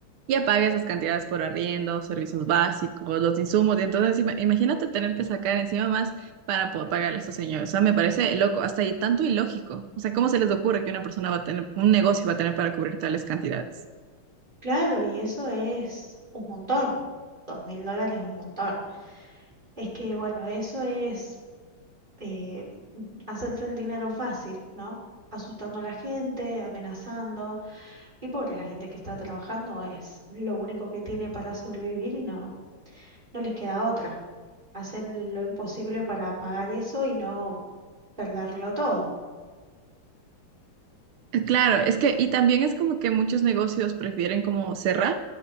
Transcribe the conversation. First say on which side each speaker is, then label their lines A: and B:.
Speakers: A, on the right (about 90°); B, on the right (about 20°).
A: ya paga esas cantidades por arriendo, servicios básicos, los insumos. Y entonces, ima- imagínate tener que sacar encima más para poder pagarle a estos señores. O sea, me parece loco, hasta ahí tanto ilógico. O sea, ¿cómo se les ocurre que una persona va a tener, un negocio va a tener para cubrir tales cantidades?
B: Claro, y eso es un montón. Dos mil dólares es un montón. Es que, bueno, eso es eh, hacerse el dinero fácil, ¿no? asustando a la gente, amenazando, y pobre, la gente que está trabajando es lo único que tiene para sobrevivir y no, no les queda otra. Hacen lo imposible para pagar eso y no perderlo todo.
A: Eh, Claro, es que, y también es como que muchos negocios prefieren como cerrar